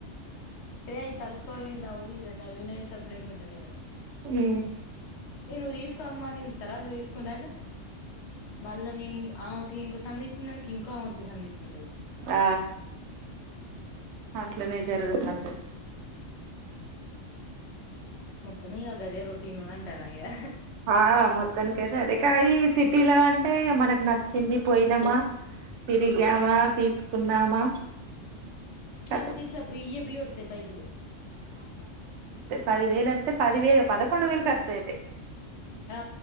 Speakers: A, on the left; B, on the right.
A: ఏయయి తల్స్కోది నవ్వు ఈక నవవి నవవి సప్పుడేకు ఉంటా నవవు
B: ఉ
A: ఏ నువ్వు తీసుకోమ్మా నేను తర్వాత తీసుకుంటా అంటే మళ్ళ నేనుం ఇంక ఆమెకు సంధ ఇచ్చినానికి ఇంకో వచ్చి సంధ తీసుకుంటది
B: ఆ అట్లనే జరుగుతాంటది
A: మొత్త మీ అగాద రోటీ అంట నీడ
B: ఆ మొత్తాని కైతే అదే ఇంకా ఈ సిటీలో అంటే మనకు నచ్చింది పోయినామా తిరిగామా తీసుకున్నామా కతం
A: కనిస బియఏ బియతే పైస
B: పదివేలతే పదివే పదకొండు వేలు ఖర్చయితాయి
A: ఆ